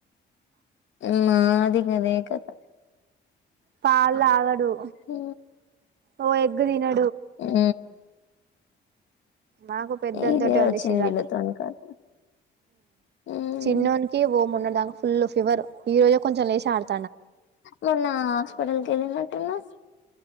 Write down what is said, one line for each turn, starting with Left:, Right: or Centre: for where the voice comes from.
Left: మ్ అదికద క
Right: పాల్ తగడు
Left: హ
Right: ఓ ఎగ దనా
Left: ఆ
Right: మాకు పెద్దంతట
Left: ఇదే
Right: ఉంది
Left: వచ్చింది
Right: సిరాజ
Left: వీళ్ళతోని కథ మ్మ్
Right: చిన్నకి ఓ మన్న ఫుల్ ఫివర్ ఈ రోజు కొంచెం లేచ ఆడుత
Left: మొన్న హాస్పిటల్ తెలినటునస్